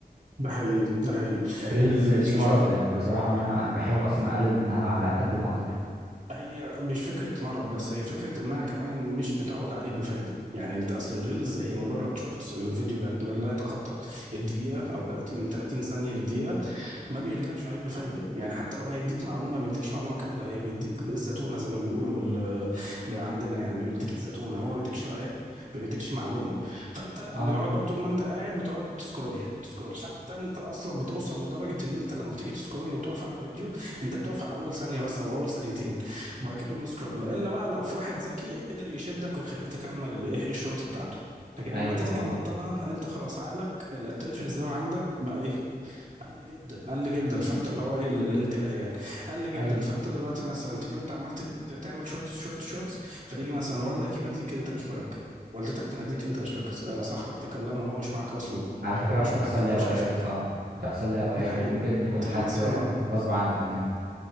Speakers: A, on the right; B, on the right.
A: ده حقيقي ده حقيقي
B: الريلز
A: السوشيال
B: دي مرض
A: م-
B: يعني بصراحه وانا انا بحاول اصلا اقلل منها على قد ما اقدر
A: هي مش فكرة مرض بس هي فكرة انها كمان مش بتعود عليك بفايدة يعني انت اصل الريلز هي مجرد شورتس الفيديو بيت- لا يتخطى الدقيقة او 30 من 30 ثانية لدقيقة ما بيرجعش عليك بفايده يعني حتى لو هيديك معلومه ما بيديكش معلومه كامله هي بيديك الزتونه زي ما بيقولوا بال... بال- عندنا يعني بيديك الزتونه هو ما بيديكش ما ايه ما بيديكش معلومه فانت
B: اه
A: بتقعد بقى طول ما انت قاعد بتقعد تسكرول تسكرول حتى انت اصلا بتوصل لدرجه ان انت لما تيجي تسكرول وتقف على فيديو انت بتقف على اول ثانيه بس او اول ثانيتين وبعد كده تقوم سكرول الا بقى لو في واحد ذكي قدر يشدك ويخليك تكمل الايه الشورت بتاعته لكن
B: ايوه
A: لما انت تيجي
B: اه
A: تبطلها انت خلاص عقلك الاتنشن سبان عندك بقى ايه قل جدا قل جدا فانت اللي هو ايه ال- الانتباه يعني قل جدا
B: ايوه
A: فانت دلوقتي مثلا تيجي وانت عمال تت- تعمل شورتس شورتس شورتس فتيجي مثلا والدك يناديك انت مش مركز والدتك تناديك انت مش مركز آه، صاحبك تكلمه وهو مش معاك اصلا
B: على فكره
A: هو مش
B: بتحصل
A: مركز
B: لي
A: هو
B: اوقات
A: مش عارف يركز
B: اه بتحصل لي اوقات
A: ده حقيقي
B: يعني ممكن يكون
A: تيجي
B: حد
A: مثلا
B: غصب عني كمان